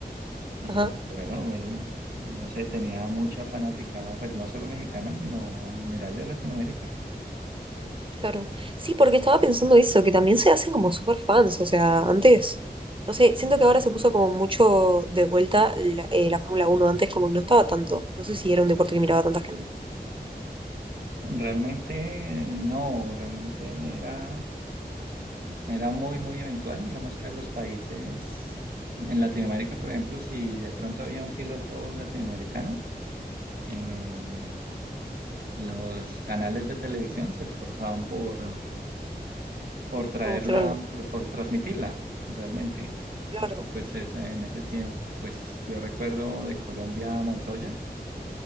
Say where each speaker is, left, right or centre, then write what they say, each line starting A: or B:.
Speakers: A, on the right; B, on the right.
A: y
B: Ajá,
A: bueno, él, no sé, tenía mucha fanaticada, pues no solo mexicana, sino en general de Latinoamérica.
B: claro. Sí, porque estaba pensando eso, que también se hacen como super fans, o sea, antes, no sé, siento que ahora se puso como mucho de vuelta la, eh, la Fórmula uno antes como que no estaba tanto, no sé si era un deporte que miraba tanta gente,
A: Realmente no, realmente era Era muy, muy eventual, digamos que a los países en Latinoamérica, por ejemplo, si de pronto había un piloto latinoamericano, eh, los canales de televisión se esforzaban por, por traerla,
B: por mostrarlo.
A: por, por transmitirla realmente,
B: Claro,
A: porque pues es- en ese tiempo, pues yo recuerdo de Colombia a Montoya,